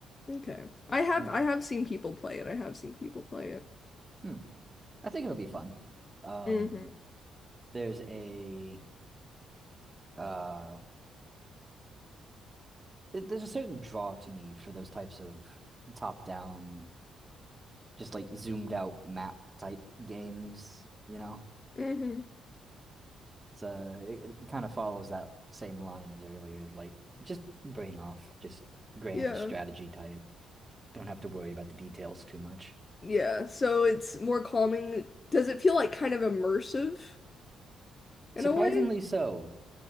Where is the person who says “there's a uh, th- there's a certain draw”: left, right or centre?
Right